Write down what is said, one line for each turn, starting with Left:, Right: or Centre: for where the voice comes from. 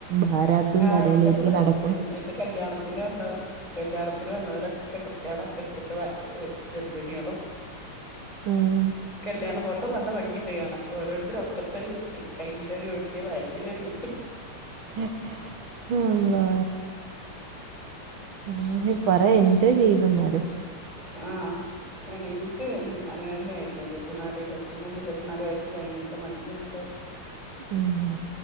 Right: ഭാരാബദം
Left: ആഹ്
Right: തലയിലേറ്റി
Left: എന്റെ കൂടെ
Right: നടക്കുണു
Left: കല്യാണത്തിന് വന്നതാ കല്യാണത്തിൽ വന്നവരൊക്കെ കുട്ടികളൊക്കെ വെച്ചിട്ട് ഗർഭിണികളും
Right: ഉം
Left: കല്യാണം ഫോട്ടോ നല്ല ഭംഗിയുണ്ട് കാണാം ഓരോരുത്തരും ഒക്കത്തരു കുട്ടി കയ്യിലൊരു കുട്ടി വയറ്റില്ലൊ രു കുട്ടി
Right: ആഹ അള്ളാ മ്മ് കൊറെ എൻജോയ് ചെയ്ത് ന്നാ ലും
Left: ആഹ അങ്ങനെ എനിക്ക് അങ്ങനെ തന്നെയായിരുന്നു ഇരുപത്തിനാല് ഇരുപത്തിമൂന്ന് ഇരുപത്തിനാല് വയസ്സ് കഴിഞ്ഞിട്ട് മതി എന്നുള്ളര്
Right: ഉം